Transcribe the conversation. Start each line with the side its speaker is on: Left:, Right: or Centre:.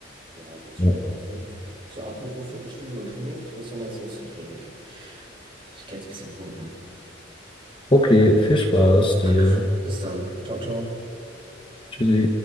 Right: Ja, gibt's
Left: Ja.
Right: Schlimmeres, ne? So, apropos Fitnessstudio und Training, ich muss dann jetzt los zum Training. Ich gehe jetzt ein bisschen pumpen.
Left: Okay, viel Spaß
Right: Dankeschön.
Left: dir.
Right: Bis dann. Ciao, ciao.
Left: Tschüssi.